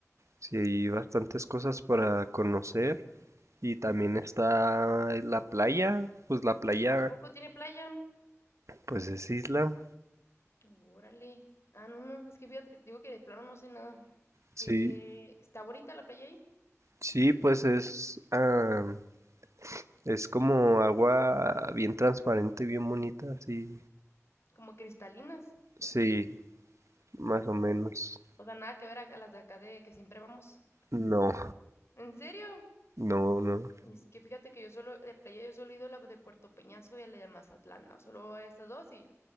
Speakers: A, on the right; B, on the left.
A: sí, hay bastantes cosas para conocer. Y también está la playa, pues la playa,
B: ¿A poco tiene playa?
A: pues es isla.
B: Órale. Ah, no, no, es que fíjate, digo que de plano no sé nada.
A: Sí,
B: Que está bonita la playa ahí,
A: sí, pues es, ah, es como agua bien transparente, bien bonita, sí,
B: como cristalinas.
A: sí,
B: Uh,
A: más o menos.
B: o sea, nada que ver a, las de acá de que siempre vamos.
A: No,
B: ¿En serio?
A: no, no.
B: Y es que fíjate que yo solo, de playa, yo solo he ido a la de Puerto Peñasco y a la de Mazatlán, ¿no? Solo a estas dos y,